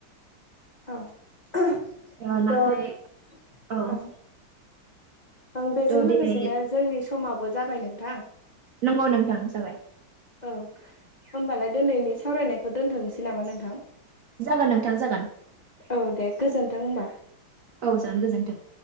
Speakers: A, on the left; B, on the right.
A: औ <unintelligible>
B: ओ
A: थ'
B: नाथाय
A: ओं
B: औ
A: ओं बेजों
B: थ' दिनै
A: लोगोसेनो जोंनि समाबो जाबाय नोंथां
B: नंगौ नोंथां जाबाय
A: औ होमबालाय दिनैनि सावरायनायखौ दोनथ'नोसै नामा नोंथां!
B: जागोन नोंथां जागोन
A: औ दे गोजोन्थों होनबा
B: औ जागोन गोजोन्थों